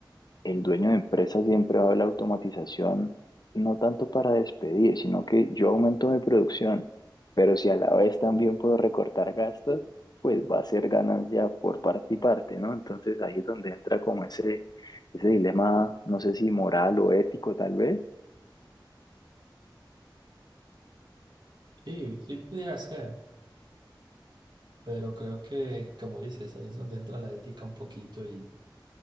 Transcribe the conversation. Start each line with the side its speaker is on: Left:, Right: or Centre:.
Left: el dueño de empresa siempre va a ver la automatización, no tanto para despedir, sino que yo aumento mi producción, pero si a la vez también puedo recortar gastos, pues va a ser ganancia por parte y parte, ¿no? Entonces ahí es donde entra como ese, ese dilema, no sé si moral o ético tal vez.
Right: Sí, sí pudiera ser, pero creo que, como dices, ahí es donde entra la ética un poquito y,